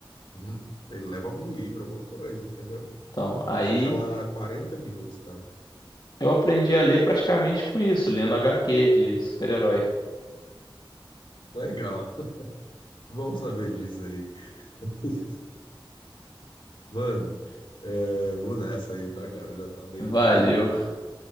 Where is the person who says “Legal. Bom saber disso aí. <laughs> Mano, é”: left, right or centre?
Left